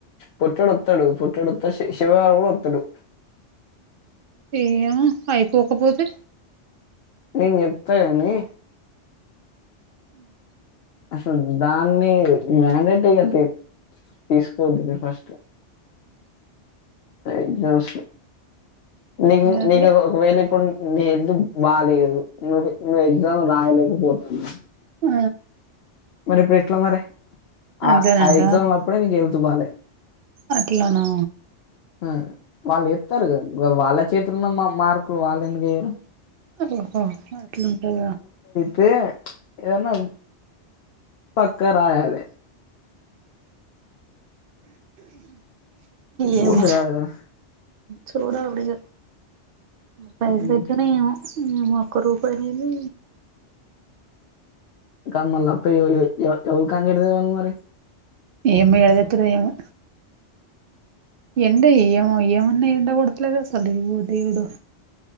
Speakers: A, on the left; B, on the right.
A: పొట్టోడ్ అత్తడు పొట్టోడ్ అత్తడు శి శివగాడు గుడా అత్తడు.
B: ఏమో అయిపోకపోతే
A: నేన్ చెప్త గని
B: మ్
A: అసల్ దాన్ని మ్యానేటిగతి తీస్కోద్దు మీరు ఫస్ట్ ఎగ్జామ్స్ నీకు
B: అదే
A: నీకు ఒకవేళ ఇప్పుడు నీ హెల్తు బాలేదు. నువే నువ్ ఎగ్జామ్ రాయలేకపోతాన్న
B: ఆ
A: మరిప్పుడ్ ఎట్ల మరి
B: అంతేనంటవా
A: ఆ ఆ ఎగ్జామ్లప్పుడే నీక్ హెల్త్ బాలే
B: అట్లనా
A: మ్ వాళ్ ఏత్తరుగా వాళ్ళ చేతిలున్న మ మార్కు వెళ్ళేందుక్ ఏయరు.
B: ఓహో అట్లుంటదా
A: తే ఏదన్న పక్క రాయాలె.
B: ఏమో
A: బోర్డు కాదు కదా.
B: చూడాలి ఇగ పైసల్
A: ఉమ్,
B: ఎట్లనో ఏమో ఒక్క రూపాయ్ లేదు.
A: కన్ మల్ల అప్పు తెల ఇగ ఎవర్ ఎవర్కాన్నుడ్ తేవాల్ మరి
B: ఏమో ఏడ తెత్తరో ఏమో ఎండ ఏమ ఏమన్నా ఎండ కొడ్తలేద్ అసల్ ఓ దేవుడో